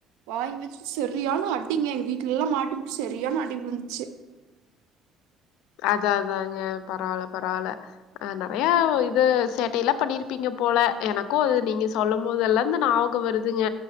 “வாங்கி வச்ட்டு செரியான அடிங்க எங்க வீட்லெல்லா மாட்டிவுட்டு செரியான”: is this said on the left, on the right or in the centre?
Right